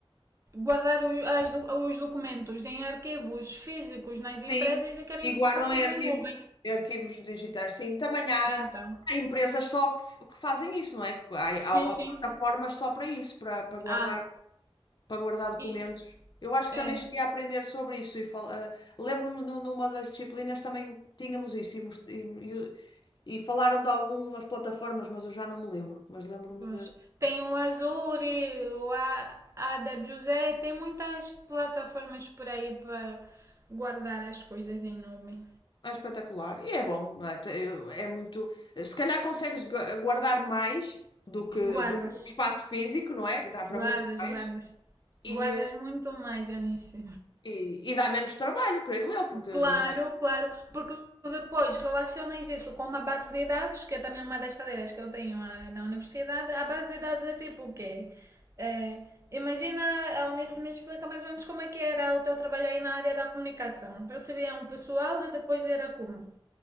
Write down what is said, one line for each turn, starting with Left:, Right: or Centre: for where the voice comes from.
Right: guardar o- as do- os documentos em arquivos físicos nas empresas
Left: Sim,
Right: e querem
Left: e guardam
Right: pôr tudo
Left: em arquivos,
Right: em nuvem.
Left: em arquivos digitais. Sim, também há,
Right: Então,
Left: há empresas só que, f- que fazem isso, não é? Que Há,
Right: sim,
Left: há,
Right: sim.
Left: há plataformas só para isso, para, para guardar,
Right: Ah,
Left: para guardar documentos.
Right: e
Left: Eu acho que
Right: é.
Left: também cheguei a aprender sobre isso e fal- eh, lembro-me de numa das disciplinas também tínhamos isso e, mos- e, e- e falaram de algumas plataformas, mas eu já não me lembro, mas lembro-me
Right: Pois.
Left: de
Right: Tem o Azuri, o A- AWZ, tem muitas plataformas por aí para guardar as coisas em nuvem.
Left: É espetacular. E é bom, não é? Te- eu- É muito. Se calhar consegues gu- guardar mais do que,
Right: Guardas,
Left: do que um espaço físico, não é? Dá para
Right: guardas,
Left: muito mais.
Right: guardas.
Left: E,
Right: Guardas muito mais, Eunice.
Left: e, e dá menos trabalho, creio eu, porque,
Right: Claro,
Left: não é?
Right: claro, porque depois relacionas isso com uma base de dados, que é também uma das cadeiras que eu tenho ah, na universidade. A base de dados é tipo o quê? Eh, imagina, a Unice me explica mais ou menos como é que era o teu trabalho aí na área da comunicação. Recebia um pessoal e depois era como?